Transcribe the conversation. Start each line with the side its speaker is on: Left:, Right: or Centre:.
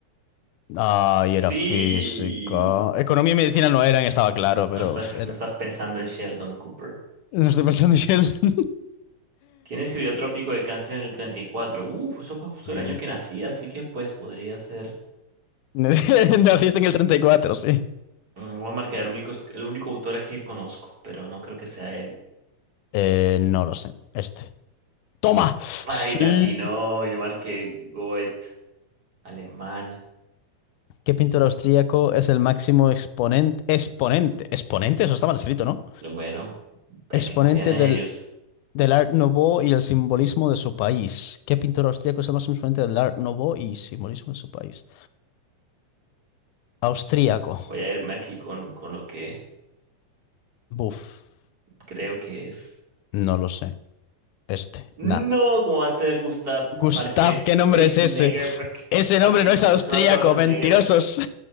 Left: Ay, era
Right: Sí.
Left: física. Economía y medicina no eran, estaba claro, pero
Right: No estás,
Left: uf, era-
Right: no estás pensando en Sheldon Cooper.
Left: No estoy pensando en Sheldon.
Right: ¿Quién escribió Trópico de Cáncer en el 34? Uf, eso fue justo
Left: Mm,
Right: el año que nací, así que pues podría ser.
Left: <laughs> Naciste en el 34, sí.
Right: mm, Voy a marcar el único, el único autor aquí que conozco, pero no creo que sea él.
Left: Eh, no lo sé. Este. ¡Toma! Sí.
Right: Ay, latino, yo marqué Goethe, alemán.
Left: ¿Qué pintor austríaco es el máximo exponente? Exponente. Exponente, eso está mal escrito, ¿no?
Right: Bueno, hay
Left: Exponente
Right: que confiar en
Left: del,
Right: ellos.
Left: del Art Nouveau y el simbolismo de su país. ¿Qué pintor austríaco es el máximo exponente del Art Nouveau y simbolismo de su país? Austríaco.
Right: Voy a irme aquí con, con lo que
Left: Buf.
Right: creo que es.
Left: No lo sé. Este,
Right: No,
Left: nada.
Right: ¿cómo va a ser, Gustav?
Left: Gustav,
Right: Marqué
Left: ¿qué nombre
Right: Schwarzenegger,
Left: es ese?
Right: marqué,
Left: Ese
Right: marqué
Left: nombre no
Right: suena,
Left: es austríaco,
Right: suena Schwarzenegger,
Left: mentirosos.